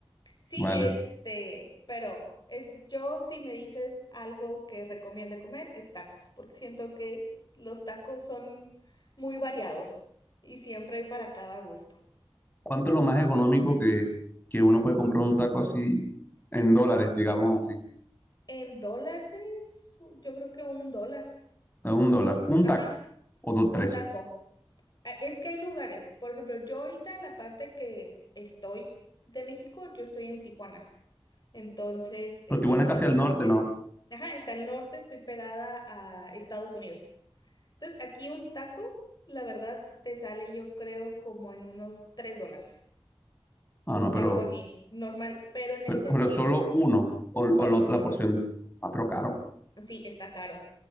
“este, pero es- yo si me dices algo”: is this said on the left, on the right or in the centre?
Left